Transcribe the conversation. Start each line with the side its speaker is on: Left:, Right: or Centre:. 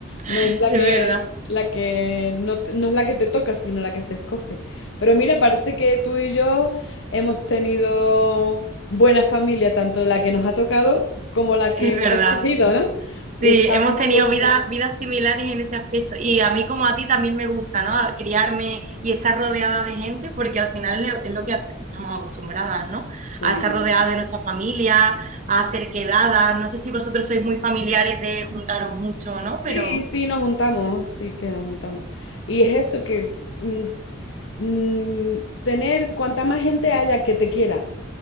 Left: No
Right: <laughs>
Left: es la
Right: es
Left: que,
Right: verdad,
Left: la que no, t- no es la que te toca, sino la que se escoge. Pero mira, parece que tú y yo hemos tenido buena familia, tanto la que nos ha tocado como la
Right: es
Left: que hemos
Right: verdad.
Left: escogido, ¿no? Y
Right: Sí,
Left: estamos
Right: hemos
Left: a
Right: tenido vidas
Left: gusto.
Right: vidas similares en ese aspecto. Y a mí como a ti también me gusta, ¿no? Criarme y estar rodeada de gente, porque al final es es lo que hace- estamos acostumbradas, ¿no?
Left: Sí.
Right: A estar rodeada de nuestra familia, a hacer quedadas. No sé si vosotros sois muy familiares de juntaros mucho, o ¿no?
Left: Sí,
Right: Pero
Left: sí, nos juntamos, sí que nos juntamos. Y es eso que mm, mm, tener cuanta más gente haya que te quiera.